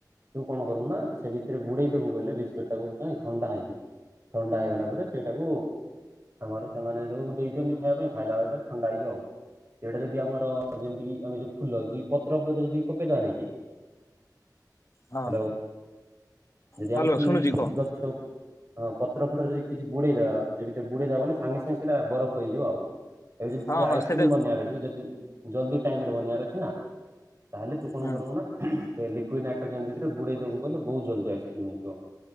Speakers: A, on the right; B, on the left.
A: ତୁ କଣ କରିବୁ ନା ସେ ଭିତରେ ବୁଡେଇଦବୁ ବଲେ ବିସ୍କୁଟ ଟାକୁ ନାଇ ଥଣ୍ଡା ହେଇଯିବ। ଥଣ୍ଡା ହେଇଗଲା ପରେ ସେଇଟାକୁ ଆମର ସେମାନେ ସବୁ ଦେଇଛନ୍ତି ଖାଇବା ପାଇଁ ଖାଇଲା ବେଳେ ଥଣ୍ଡା ହେଇଯିବ ଆଉ। ସେଇଟା ଯଦି ଆମର ଯେମତି କି ଆମେ ଯୋଉ ଫୁଲ ଯ ପତ୍ର ଫତ୍ର ଯଦି ପକେଇଦବା ନାଇ କି।
B: ହଁ
A: ହ୍ୟାଲୋ, ଯଦି
B: ହ୍ୟାଲୋ
A: ଆମେ କି
B: ଶୁଣୁଛି କହ
A: କି ଗଛ। ହଁ ପତ୍ର ଫତ୍ର ଯଦି କିଛି ବୁଡେଇଦବା ଯଦି ବୁଡେଇଦବା ବୋଲେ ସାଙ୍ଗେ ସାଙ୍ଗେ ସେଇଟା ବରଫ ହେଇଯିବ ଆଉ ଏବେ ଯଦି
B: ହଁ
A: ଆଇସ୍କ୍ରିମ
B: ହଁ ସେଟା
A: ବନେଇବାର ଅଛି ଯଦି ଜଲଦି ଟାଇମ ରେ ବନେଇବାର ଅଛି ନା ତାହେଲେ ତୁ କଣ
B: ହୁଁ
A: କରିବୁ ନା ଲିକୁଇଡ ନାଇଟ୍ରୋଜେନ ଭିତରେ ବୁଡେଇଦବୁ କହିଲେ ବହୁତ ଜଲ୍ଦି ଆଇସ୍କ୍ରିମ୍ ହେଇଯିବ।